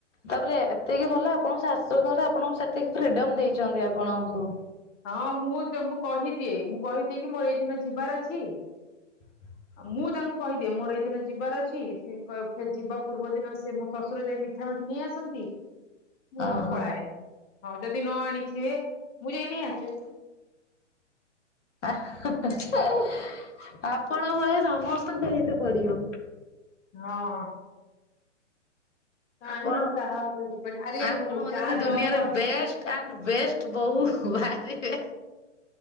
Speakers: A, on the left; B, on the left.
A: ତାପରେ ଏତିକି ଭଲ ଆପଣ ଶାଶୁଘରେ ଆପଣଙ୍କୁ ସେତିକି ଫ୍ରିଡମ୍ ଦେଇଛନ୍ତି ଆପଣଙ୍କୁ।
B: ହଁ ମୁଁ ଯ-ମୁଁ କହିଦିଏ ମୁଁ କହିଦିଏ କି ମୋର ଏଇଦିନ ଯିବାର ଅଛି।
A: ହୁଁ
B: ଅ, ମୁଁ ତାଙ୍କୁ କହିଦିଏ ମୋର ଏଇ ଦିନ ଯିବାର ଅଛି। ସେ କ- ସେ ଯିବା ପୂର୍ବ ଦିନ ସେ ମୋ ଶଶୁର ଯାଇ ମିଠା ସେଠି ନେଇ ଆସନ୍ତି। ମୁଁ
A: ଓହୋ
B: ମୋର ପଳାଏ। ହଁ ଯଦି ନ ଆଣିଥିବେ ମୁଁ ଯାଇ ନେଇ ଆସେ।
A: ଆହା ହା ଆପଣ ଭଳିଆ ସମସ୍ତଙ୍କୁ ହେଇତେ ପଡିବ।
B: ହଁ। କାହିଁକି
A: ଆପଣ
B: କାହା ଉପରେ ଡିପେଣ୍ଡ। ଆରେ
A: ଆପଣ ହଉଛନ୍ତି
B: ଯା
A: ଦୁନିଆର
B: ଜବ୍ କର
A: ବେଷ୍ଟ ଆଣ୍ଡ ବେଷ୍ଟ ବୋହୂ ବାହାରିବେ।